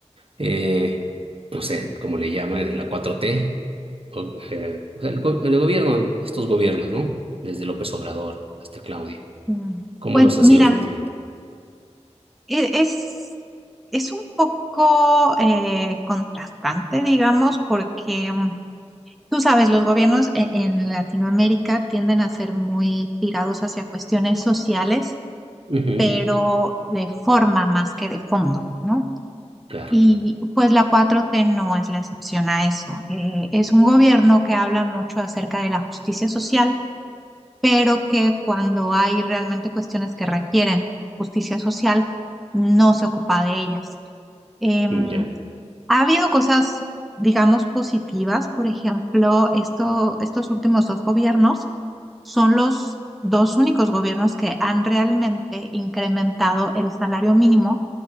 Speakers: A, on the right; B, in the centre.
A: eh, no sé, cómo le llaman, eh, la cuatro t O, eh, o sea, el, go- el gobierno, estos gobiernos, ¿no? Desde López Obrador hasta Claudia.
B: Mm.
A: ¿Cómo
B: Pues
A: los has
B: mira,
A: ido sintiendo?
B: e- es, es un poco eh, contrastante, digamos, porque mm, tú sabes, los gobiernos e- en Latinoamérica tienden a ser muy tirados hacia cuestiones sociales.
A: Ujú,
B: pero de forma más que de fondo, ¿no?
A: claro,
B: Y pues la cuatro t no es la excepción a eso. Eh, es un gobierno que habla mucho acerca de la justicia social, pero que cuando hay realmente cuestiones que requieren justicia social, no se ocupa de ellas. Em,
A: ya.
B: ha habido cosas, digamos, positivas. Por ejemplo, esto, estos últimos dos gobiernos son los dos únicos gobiernos que han realmente incrementado el salario mínimo